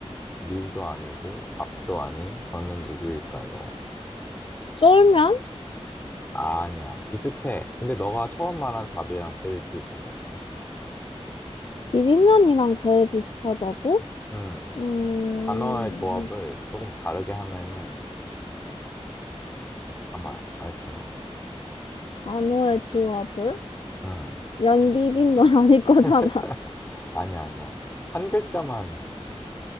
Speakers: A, on the left; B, on the left.
A: 밀도 아니고, 밥도 아닌, 저는 누구일까요?
B: 쫄면?
A: 아, 아니야. 비슷해. 근데 너가 처음 말한 답이랑 제일 비슷해.
B: 비빔면이랑 제일 비슷하다고?
A: 음,
B: 음,
A: 단어의 조합을 조금 다르게 하면은 아마 알 거야.
B: 안호의 조합을?
A: 음,
B: 면비빔 넌 아닐 거잖아.
A: <laughs>
B: <laughs>
A: 아니야, 아니야. 한 글자만,